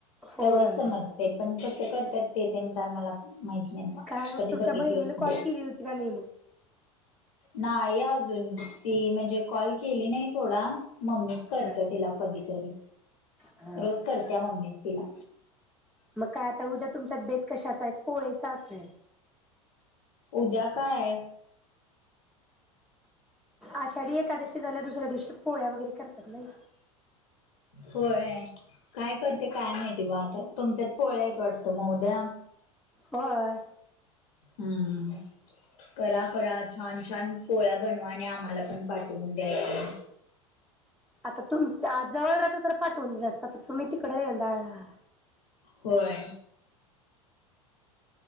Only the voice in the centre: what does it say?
होय
काय मग
तुमच्या
बहिणीने
<unintelligible> होती का नाही.
ह
हा
मग काय आता उद्या तुमच्यात कशाच आहे पोळी चा असेल.
आषाढी एकादवशी झाल्या दुसऱ्या दिवशी पोळ्या वगैरे करतात नाही.
होय.
आता तुमच जवळ रात पाठवून दिलं असत तर तुम्ही तिकडे रेदाळ ला.